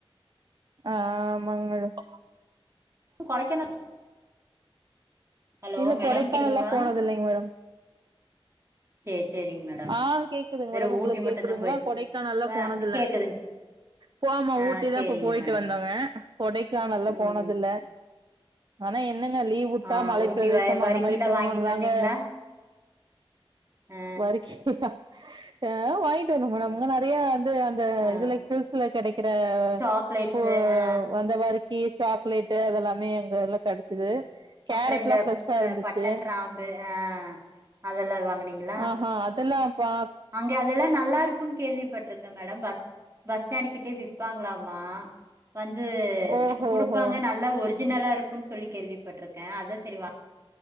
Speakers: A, on the right; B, on the right.
A: ஆ ஆமாங் மேடம்
B: கொடைக்கானல் ஹலோ
A: இல்ல
B: மேடம்
A: கொடைக்கானல்
B: கேக்குதுங்களா
A: எல்லாம் போனது இல்லைங்க மேடம்
B: சேரி சேரிங்க மேடம்
A: ஆ கேக்குதுங்க
B: வெறு
A: மேடம் உங்களுக்கு
B: ஊட்டி மட்டும்தான்
A: கேக்குதுங்களா
B: போயிரு
A: கொடைக்கானல் எல்லாம்
B: ஆ
A: போனதுல
B: கேக்குதுங்
A: போமோ
B: ஆ
A: ஊட்டி
B: சேரிங்க
A: தான் இப்ப போயிட்டு
B: மேடம்
A: வந்தோங்க கொடைக்காநல்லா
B: ம்
A: போனதுல ஆன இப் என்னங்க லீவ்வுட்டா
B: ஆ
A: மலை
B: ஊட்டி
A: பிரதேசம்
B: வ வரிக்கிலா
A: அந்த மாதிரி போணுமுன்னு
B: வாங்கிட்டு
A: தாங்க
B: வந்தீங்களா ஆ
A: வர்க்கியா ஆ வாங்கிட்டு வந்த மேடம் ரொம்பநிறையா வந்து அந்த
B: ஆ
A: இதுல ஹில்ஸ்ல கிடைக்கும் இருக்கிற
B: சாக்லேட்ஸு
A: போ
B: ஆ
A: வந்த வரைக்கு சாக்லேடு அதெல்லாமே எல்லா கெடச்சது
B: ம்
A: கேரட்லா
B: அப்புறங்க
A: ஃப்ரெஷ்ஷா
B: இந்த
A: இருந்துச்சு
B: பட்ட கிராம்பு ஆ அதெல்லாம் வாங்கனீங்களா
A: ஆஹ்ஹ அதெல்லாம்ப்பா
B: அங்க அதெல்லாம் நல்லா இருக்கும்ன்னு கேள்விப்பட்டிருக்கேன் மேடம் பஸ் பஸ் ஸ்டாண்டு கிட்டே விப்பாங்களாமா வந்து
A: ஓஹோஹோ
B: குடுப்பாங்க நல்லா ஒரிஜினலா இருக்கும் குன் சொல்லி கேள்விப்பட்ருக்க அதா செரி வா